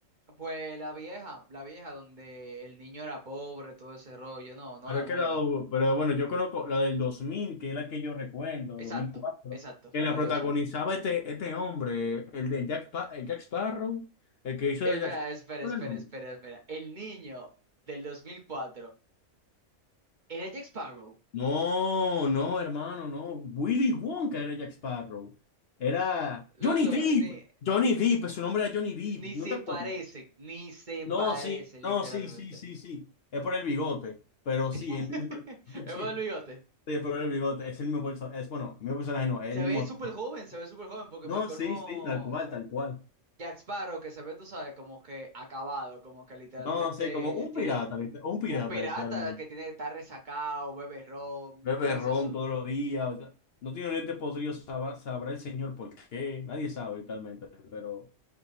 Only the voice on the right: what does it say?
Pues la vieja, la vieja donde el niño era pobre, todo ese rollo, no, no
la
nueva.
Exacto,
exacto,
la de
2000.
Espera,
espera,
espera,
espera, espera. El niño del 2004, era Jack Sparrow.
Loco,
ni,
ni se
parecen, ni se
parecen
literalmente.
<laughs>
Es por el bigote.
Se
ve súper joven, se ve súper joven, porque
para el colmo
Jack Sparrow que se ve, tú sabes, como que acabado, como que literalmente
tiene
un pirata
que tiene que estar resacado, bebe ron,
todo ese
asunto.